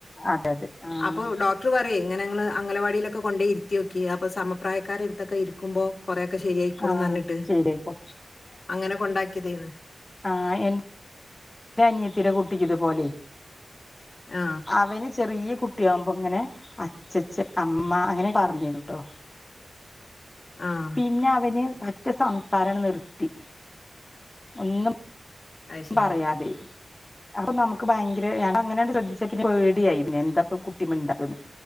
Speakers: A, on the left; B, on the left.
A: അതെ അതെ ആഹ്
B: അപ്പൊ ഡോ ട്ര് പറയെ ഇങ്ങനെ ഇങ്ങൾ അംഗലവാടിയിലൊക്കെ കൊണ്ടോയിരിത്തിയോകി അപ്പ സമപ്രായക്കാരെട്തോകെ ഇരിക്കുമ്പോ കൊറെയൊക്കെ ശരിയായിക്കോളൂ
A: ആഹ്
B: ന്നറ്ഞ്ഞിട്ട്
A: ശരിയായിക്കോ
B: അങ്ങനെ കൊണ്ടക്യതെയിനി
A: ആ എൻ ൻ്റെ അനിയത്തിടെ കുട്ടിക്ക് ഇതു പോലെ
B: ആ
A: അവന് ചെറിയ കുട്ടിയാവുമ്പോ ങ്ങനെ അച്ചച്ച, അമ്മ അങ്ങനെപറഞ്ഞിര്ന്നുട്ടോ
B: ആഹ
A: പിന്നെ അവറ്ന് പറ്റെ സംസാരങ്ങട്ട് നിർത്തി ഒന്നും
B: അത് ശരി
A: പറയാതെയി അപ്പൊ നമുക്ക് ഭയങ്കര ഞാൻ അങ്ങനെങ്ങ് ശ്രദ്ധിചിട്ടില്ല പേടിയായി പിന്നെ എന്താപ്പ കുട്ടിമിണ്ടാത്ത്ന്ന്